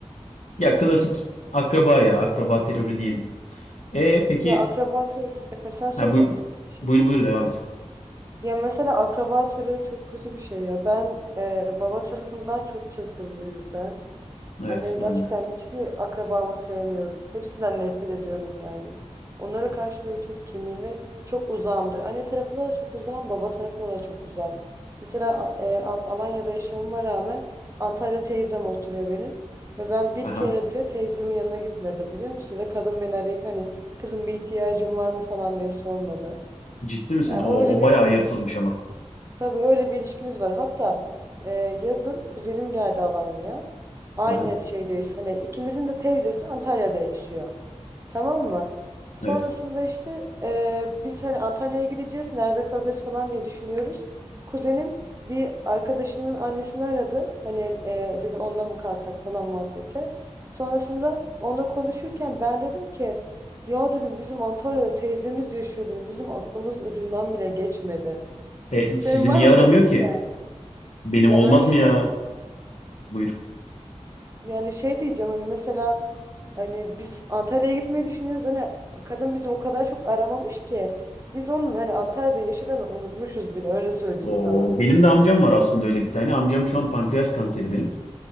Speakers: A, on the left; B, on the right.
A: ya klasik akraba ya. Akraba terörü değil. E peki
B: Ya akraba terör... Efe sen söyle.
A: ha, bu,
B: Bir şey.
A: buyur buyur devam et.
B: Ya mesela akraba terörü çok kötü bir şey ya. Ben e, baba tarafından çok çektim bu yüzden. Hani
A: Evet ben
B: gerçekten
A: de.
B: hiçbir akrabamı sevmiyorum. Hepsinden nefret ediyorum yani. Onlara karşı böyle çok kinliyim ve çok uzağımdır. Anne tarafına da çok uzağım, baba tarafına da çok uzağım. Mesela e, Al- Alanya'da yaşamama rağmen Antalya'da teyzem oturuyor benim. Ve ben bir
A: Aha.
B: kere bile teyzemin yanına gitmedim biliyor musun? Ya da kadın beni arayıp hani kızım bir ihtiyacın var mı falan diye sormadı.
A: Ciddi misin?
B: Yani
A: O,
B: öyle
A: o
B: bir
A: bayağı hayırsızmış ama.
B: Tabii öyle bir ilişkimiz var. Hatta e, yazın kuzenim geldi Alanya'ya. Aynı
A: Aha.
B: şeydeyiz. Hani ikimizin de teyzesi Antalya'da yaşıyor. Tamam mı? Sonrasında
A: Evet.
B: işte e, biz hani Antalya'ya gideceğiz, nerede kalacağız falan diye düşünüyoruz. Kuzenim bir arkadaşının annesini aradı. Hani e, dedi onda mı kalsak falan muhabbete. Sonrasında onunla konuşurken ben dedim ki ya dedim bizim Antalya'da teyzemiz yaşıyor dedim. Bizim aklımızın ucundan bile geçmedi.
A: E,
B: Senin
A: sizi
B: var
A: niye
B: mı
A: aramıyor
B: böyle
A: ki?
B: bir hikaye?
A: Benim
B: Yani
A: olmaz mı
B: işte
A: ya? Buyur.
B: yani şey diyeceğim hani mesela hani biz Antalya'ya gitmeyi düşünüyoruz hani kadın bizi o kadar çok aramamış ki biz onun hani Antalya'da yaşadığını unutmuşuz bile öyle söyleyeyim
A: O
B: sana.
A: benim de amcam var aslında öyle bir tane. Amcam şu an pankreas kanseri benim.